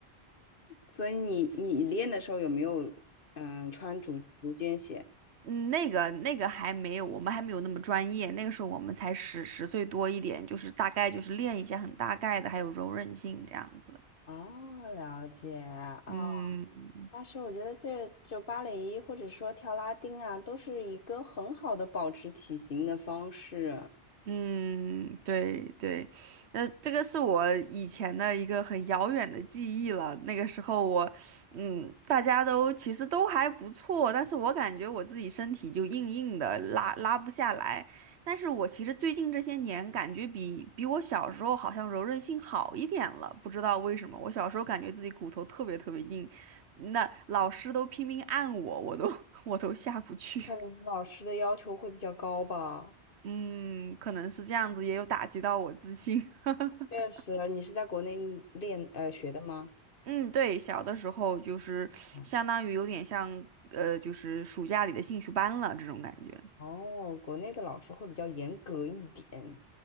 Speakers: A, on the left (about 55°); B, on the right (about 75°).
A: 所以你你练的时候有没有嗯穿足足尖鞋？
B: 嗯，那个那个还没有，我们还没有那么专业，那个时候我们才十十岁多一点，就是大概就是练一些很大概的，还有柔韧性这样子的。
A: 哦，了解啊，
B: 嗯
A: 但是我觉得这就芭蕾或者说跳拉丁啊，都是一个很好的保持体型的方式。
B: 嗯，对对，呃，这个是我以前的一个很遥远的记忆了。那个时候我，嗯，大家都其实都还不错，但是我感觉我自己身体就硬硬的，拉拉不下来。但是我其实最近这些年感觉比比我小时候好像柔韧性好一点了，不知道为什么。我小时候感觉自己骨头特别特别硬，那老师都拼命按我，我都 <laughs> 我都下不去。
A: 可能老师的要求会比较高吧。
B: 嗯，可能是这样子，也有打击到我自信。<laughs>
A: 确实，你是在国内练呃学的吗？
B: 嗯，对，小的时候就是相当于有点像，
A: 嗯
B: 呃，就是暑假里的兴趣班了这种感觉。
A: 哦，国内的老师会比较严格一点，